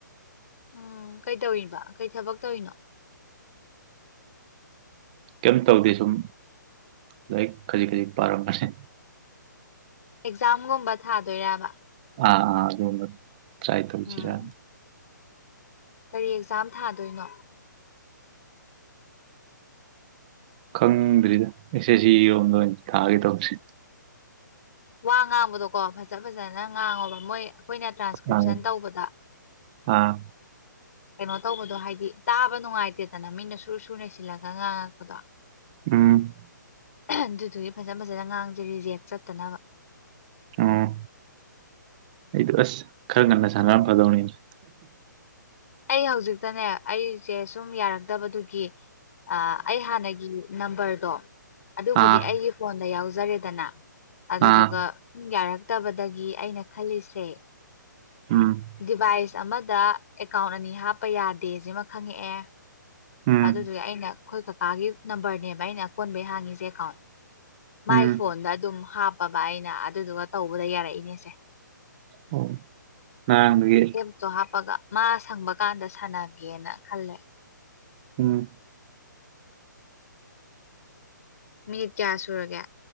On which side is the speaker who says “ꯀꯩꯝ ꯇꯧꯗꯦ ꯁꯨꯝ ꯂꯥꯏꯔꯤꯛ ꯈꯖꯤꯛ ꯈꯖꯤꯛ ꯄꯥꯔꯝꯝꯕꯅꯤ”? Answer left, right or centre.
Right